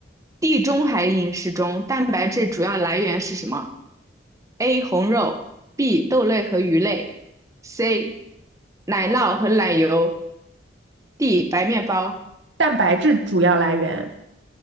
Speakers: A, on the right; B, on the right.
A: 地中海饮食中蛋白质主要来源是什么？A. 红肉，B. 豆类和鱼类，C. 奶酪和奶油，D. 白面包。
B: 蛋白质主要来源，